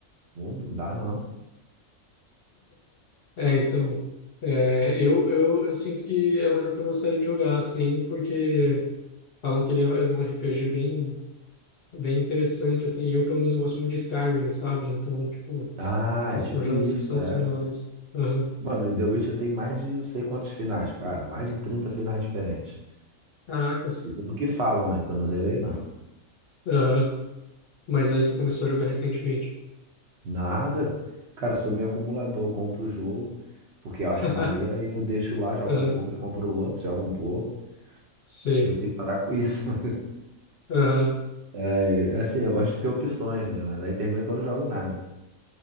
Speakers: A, on the right; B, on the left.
A: não não dá não.
B: É, então, é, eu, eu, eu sinto que é um jogo que eu gostaria de jogar, assim, porque falam que ele é, ele é um RPG bem, bem interessante, assim, e eu pelo menos gosto muito de Skyrim, sabe? Então, tipo,
A: Ah,
B: esses
A: é tipo
B: são jogos
A: isso,
B: que são
A: é.
B: similares. Aham.
A: Mano, e The Witcher tem mais de não sei quantos finais, cara. Mais de 30 finais diferentes.
B: Caracas.
A: E Tudo que falam, né? Que eu não zerei, não.
B: Aham. Mas aí você começou a jogar recentemente.
A: <laughs> Nada. Cara, eu sou meio acumulador. Eu compro o jogo, porque eu acho
B: <laughs>
A: maneiro, aí eu deixo lá, jogo
B: Aham.
A: um pouco, aí compro outro, jogo um pouco.
B: Sei.
A: Eu tenho que parar com isso. <laughs>
B: Aham.
A: É, eu- assim, eu gosto de ter opções, né? Mas aí termina que eu não jogo nada.